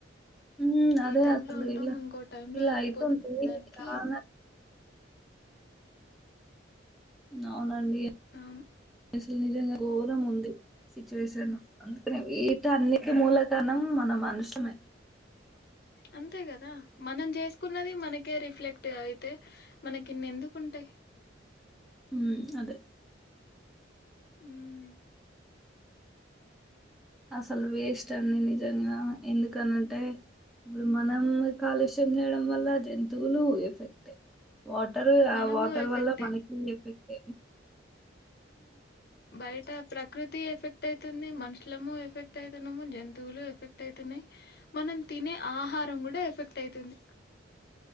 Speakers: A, in the centre; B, on the left.
A: హ్మ్. అదే
B: ఈ టైమ్
A: అసలు
B: లో ఉంటాం
A: ఇలా,
B: ఇంకో టై లో
A: ఇలా
B: వెళ్ళిపోతాం
A: అయితుంది
B: అనడానికి
A: చాలా అవునండి
B: ఉమ్
A: లు నిజంగా ఘోరం ఉంది సిచ్యువేషన్ అందుకని వీట అన్నిటి మూలకనంన మనుషమ
B: అంతే కదా మనం చేసుకున్నది మనకే రిఫ్లెక్ట్ అయితే మనకిన్ని ఎందుకుంటాయి
A: ఉ అదే
B: హ్మ్.
A: అసలు వేస్ట్ అండి నిజంగా ఎందుకన అంటే ఇప్పుడు మనం కాలుష్యం చేయడం వల్ల జంతువులు ఎఫెక్ట్ వాటర్
B: మనము
A: ఆ వాటర్
B: ఎఫెక్టే.
A: వల్ల మనకి ఎఫెక్ట్
B: బయట ప్రకృతి ఎఫెక్ట్ అయితుంది మనుషులము ఎఫెక్ట్ అయి ము జంతువులు ఎఫెక్ట్ అవుతున్నాయి మనం తినే ఆహారం కూడా ఎఫెక్ట్ అవుతుంది